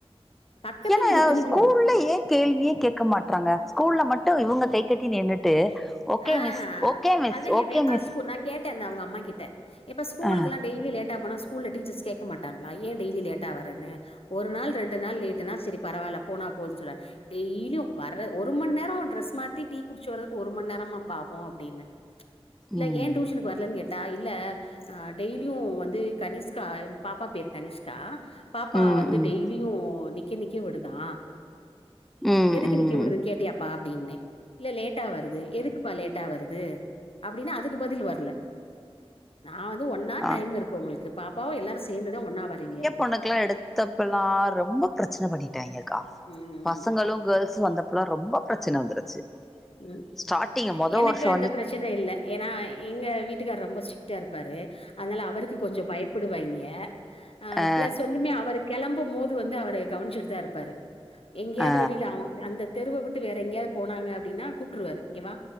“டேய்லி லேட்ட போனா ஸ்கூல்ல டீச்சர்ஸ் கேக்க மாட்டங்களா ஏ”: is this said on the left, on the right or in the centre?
Left